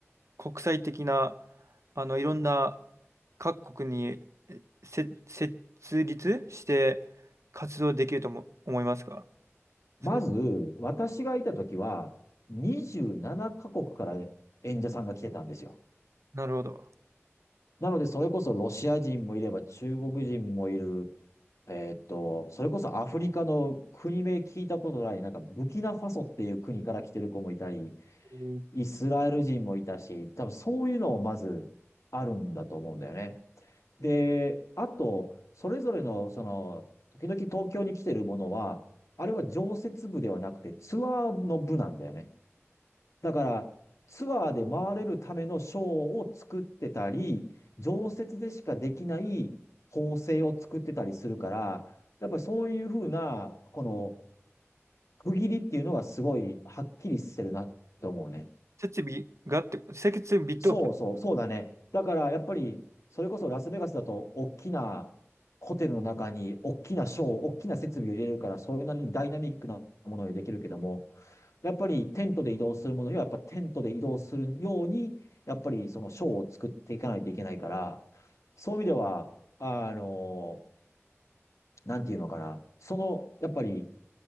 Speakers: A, on the right (about 75°); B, on the left (about 85°).
A: 国際的な、あの、いろんな各国にえせ設立して活動できるとも思いますか
B: まず、
A: その、
B: 私がいた時は、27カ国から演者さんが来てたんですよ。
A: なるほど。
B: なので、それこそロシア人もいれば中国人もいる、えーっと、それこそアフリカの国名聞いたことない、なんかブキナファソっていう国から来てる子もいたり、
A: えー
B: イスラエル人もいたし、多分そういうのをまずあるんだと思うんだよね。で、あと、それぞれの、その、時々東京に来てるものは、あれは常設部ではなくてツアーの部なんだよね。だから、ツアーで回れるためのショーを作ってたり、常設でしかできない構成を作ってたりするから、やっぱりそういうふうな、この、区切りっていうのがすごいはっきりしてるなって思うね。
A: 設備があって、設備と、
B: そうそう、そうだね。だからやっぱり、それこそラスベガスだと、大きなホテルの中に、大きなショー、大きな設備を入れるから、それなりにダイナミックなものができるけども、やっぱりテントで移動するものには、やっぱテントで移動するように、やっぱりそのショーを作っていかないといけないから、そういう意味では、あの、なんていうのかな、その、やっぱり、